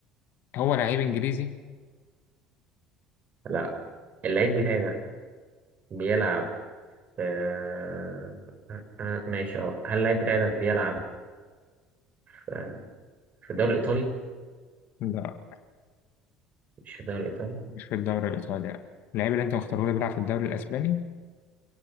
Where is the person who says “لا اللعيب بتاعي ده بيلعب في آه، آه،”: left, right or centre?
Right